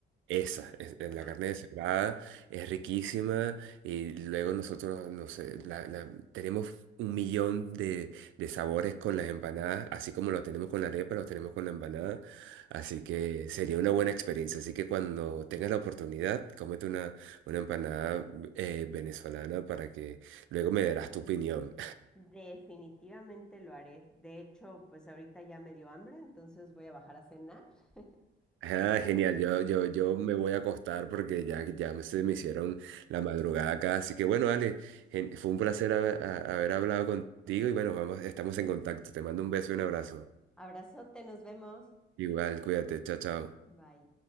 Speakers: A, on the right; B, in the centre.
A: Esa, es- es
B: Ajá.
A: la carne de cebada es riquísima y luego nosotros, no sé, la- la- tenemos un millón de, de sabores con las empanadas, así como lo tenemos con la arepa, lo tenemos con la empanada, así que sería una buena experiencia. Así que cuando tengas la oportunidad, cómete una, una empanada eh, venezolana para que luego me darás tu opinión.
B: Definitivamente lo haré. De hecho, pues ahorita ya me dio hambre, entonces voy a bajar a cenar. <laughs>
A: Ah, genial, yo, yo, yo me voy a acostar porque ya, ya me- se me hicieron la madrugada acá. Así que bueno, Ale, gen- fue un placer haber, a- haber hablado contigo y bueno, vamos, estamos en contacto. Te mando un beso y un abrazo.
B: Abrazote, nos vemos.
A: Igual, cuídate, chao, chao.
B: Bye.